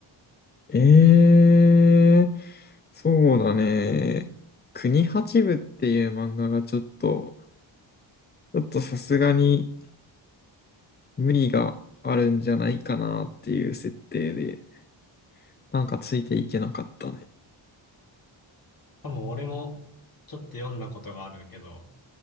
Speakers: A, on the left; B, on the left.
A: ええー、そうだね。国八部っていう漫画がちょっと、ちょっとさすがに、無理があるんじゃないかなっていう設定で、なんかついていけなかったね。
B: 多分俺もちょっと読んだことがあるけど、